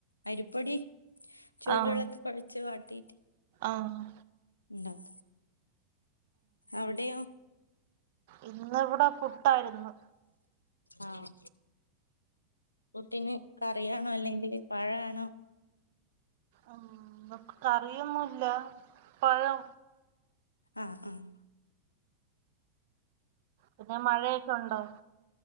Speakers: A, on the left; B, on the right.
A: അരിപ്പൊടി ചൂടുവെള്ളത്തി
B: ആഹ്
A: കൊഴച്ച് വാ ട്ടിറ്റ്
B: ആഹ്
A: ഉണ്ടാക്ക അവിടെയോ
B: ഇന്ന് ഇവ്ടെ പു ട്ടായിരുന്നു
A: ആഹ് പുട്ടിന് കറിയാണോ അല്ലെങ്കിൽ പഴാണോ
B: ഉം കറിയൊന്നുംല്ല പഴം
A: ആഹ് ആഹ്
B: പിന്നെ മഴയൊക്കെ ഉണ്ടോ